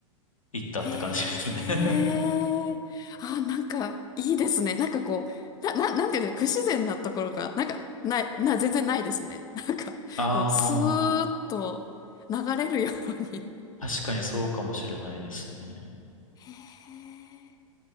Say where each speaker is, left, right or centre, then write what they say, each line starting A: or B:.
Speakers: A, on the left; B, on the left.
A: 行ったって感じですね。
B: へ
A: <laughs>
B: え。あ、なんか、いいですね。なんかこう、な、な、なんていうの、不自然なところが、なんか、ない、な、全然ないですね。<laughs> なんか、
A: あ
B: こう、スーッと流れるように。
A: あ、<laughs> 確かにそうかもしれないですね。
B: へえ。